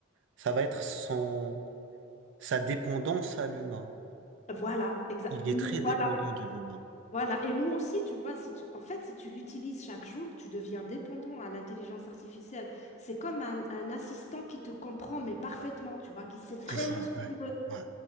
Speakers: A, on the right (about 65°); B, on the left (about 35°).
A: ça va être son, sa dépendance à l'humain.
B: Voilà, exact.
A: Il
B: Nous,
A: est très
B: voilà,
A: dépendant de l'humain.
B: voilà. Et nous aussi, tu vois, si tu- en fait, si tu l'utilises chaque jour, tu deviens dépendant à l'intelligence artificielle. C'est comme un, un assistant qui te comprend, mais parfaitement, tu vois, qui sait vraiment
A: C'est ça,
B: ce que
A: ouais.
B: tu veux.
A: Ouais.